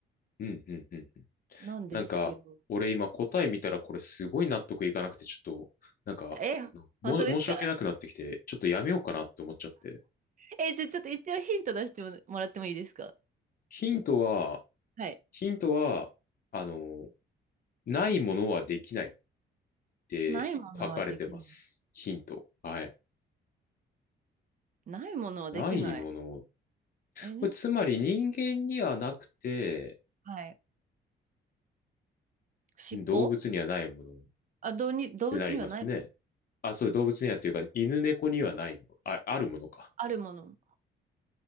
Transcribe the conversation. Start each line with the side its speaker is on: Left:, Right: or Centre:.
Left: うんうんうん。
Right: なんですけど。
Left: なんか、俺今答え見たらこれすごい納得いかなくて、ちょっと、なんか、
Right: え、
Left: あのも、
Right: 本当ですか
Left: 申し訳なくなってきて、ちょっとやめようかなって思っちゃって。
Right: え、じゃあちょっと一応ヒント出してもらってもいいですか
Left: ヒントは、
Right: はい。
Left: ヒントは、あの、ないものはできないって書かれてます。
Right: ないものはできない。
Left: ヒント。はい。
Right: ないものはできない。
Left: ないもの。
Right: え、ね、
Left: これつまり人間にはなくて、
Right: はい。尻尾
Left: 動物にはないものっ
Right: あ、どうに、動物にはない
Left: てなりますね。あ、そう、動物にはっていうか、犬猫にはないもの。あ、あるものか。
Right: あるもの。